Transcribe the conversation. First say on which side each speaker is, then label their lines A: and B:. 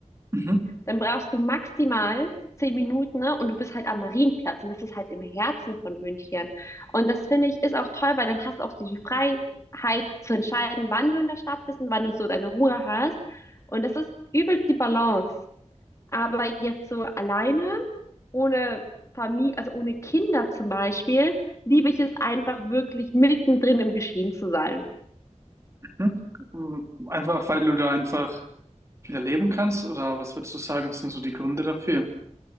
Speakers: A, on the right; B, on the left.
A: Mhm.
B: Dann brauchst du maximal zehn Minuten, ne? Und du bist halt am Marienplatz. Und das ist halt im Herzen von München. Und das finde ich ist auch toll, weil dann hast du auch so die Freiheit zu entscheiden, wann du in der Stadt bist und wann du so deine Ruhe hast. Und das ist übelst die Balance. Aber jetzt so alleine, ohne Familie, also ohne Kinder zum Beispiel, liebe ich es einfach wirklich mittendrin im Geschehen zu sein.
A: Mhm. Einfach, weil du da einfach wieder leben kannst, oder was würdest du sagen, sind so die Gründe dafür?